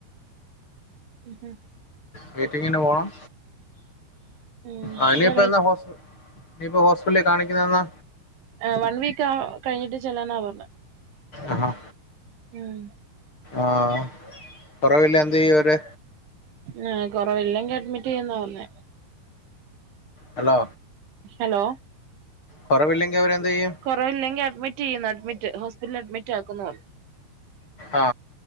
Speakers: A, on the right; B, on the left.
A: ഹ് ഹ്
B: മീറ്റിങ്ങിന് പോണം
A: ഉം
B: ആ ഇനിപ്പെന്നാ
A: എന്താ വെയിറ്റ്
B: ഹോസ് നിപ്പൊ ഹോസ്പിറ്റല് കാണിക്കുന്നെന്നാ
A: ആ വൺ വീക്കാ കഴിഞ്ഞിട്ട് ചെല്ലാനാ പർഞ്ഞെ
B: അ ഹ
A: ഉം
B: ആഹ് കൊറവില്ലെന്തെയ്യും അവര്ടെ
A: ആ കൊറവില്ലെങ്കി അഡ്മിറ്റ് ചെയ്യുന്നാ പർഞ്ഞെ
B: ഹലോ
A: ഹലോ
B: കൊറവില്ലെങ്കി അവരെന്തെയ്യും
A: കൊറവില്ലെങ്കി അഡ്മിറ്റെയ്യും ന്ന് അഡ്മിറ്റ് ഹോസ്പിറ്റല് അഡ്മിറ്റാക്കും ന്ന്
B: ആ